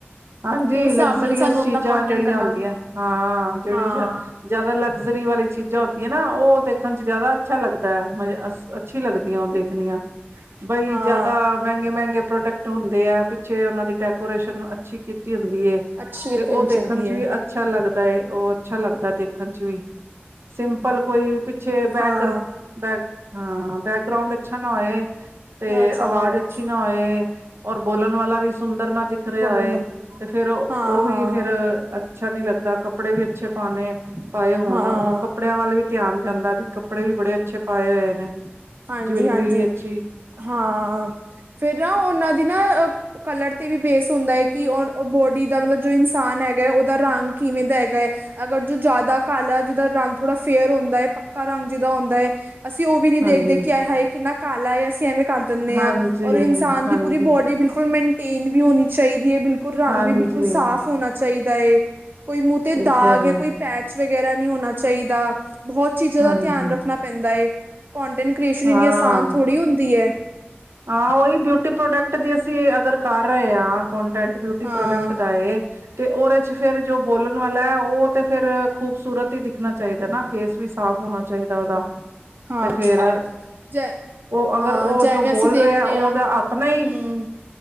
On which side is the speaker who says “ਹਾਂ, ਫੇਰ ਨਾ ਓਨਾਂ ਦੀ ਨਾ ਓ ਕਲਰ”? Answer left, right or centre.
Right